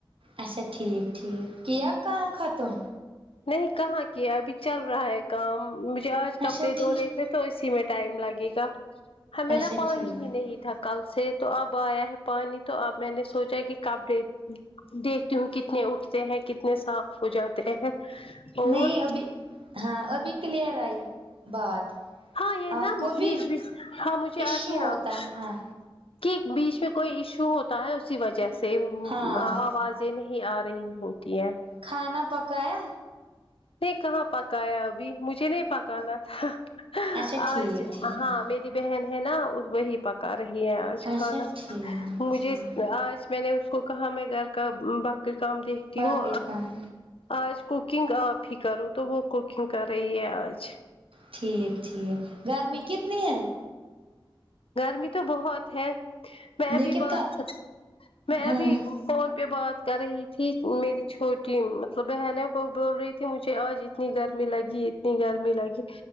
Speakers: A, on the right; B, on the left.
A: اچھا ٹھیک ٹھیک کیا کام ختم
B: نہیں کہاں کیا ابھی چل رہا ہے کام مجھے آج کپڑے
A: اچھا ٹھیک
B: دھونے تھے تو اسی میں ٹائم لگے گا ہمیں
A: اچھا
B: نا پانی
A: ٹھیک
B: ہی نہیں تھا کل سے تو اب آیا ہے پانی تو اب میں نے سوچا کہ کپڑے ا دیکھتی ہوں کتنے اٹھتے ہیں کتنے صاف ہو جاتے ہیں اور
A: نہیں ابھی ہاں ابھی کلیئر آئی بات
B: ہاں یہ
A: آپ
B: نا
A: کو
B: بیچ
A: بھی
B: بیچ ہاں مجھے
A: ایشو
B: آتی
A: ہوتا
B: آپ
A: ہے ہاں
B: کہ بیچ میں کوئی ایشو ہوتا ہے اسی وجہ سے و
A: ہاں
B: آواز سے نہیں آ رہی ہوتی ہے
A: کھانا پکایا
B: نہیں کہاں پکایا ابھی مجھے نہیں پکانا تھا
A: اچھا
B: آج
A: ٹھیک ٹھیک
B: ہاں م یری بہن ہے نا وہی پکا رہی ہے آج کھانا
A: اچھا ٹھیک
B: مجھے
A: ٹھیک
B: آج میں نے اس کو کہا میں گھر کا باقی کام دیکھتی
A: باقی
B: ہوں
A: کام
B: آج کوکنگ آپ ہی کرو تو وہ کوکنگ کر رہی ہے آج
A: ٹھیک ٹھیک گرمی کتنی ہے
B: گرمی تو بہت ہے میں
A: لیکن
B: بھی بہت
A: کا
B: میں
A: ہاں
B: بھی فون پہ بات کر رہی تھی میری چھوٹی مطلب بہن ہے وہ بول رہی تھی مجھے آج اتنی گرمی لگی اتنی گرمی لگی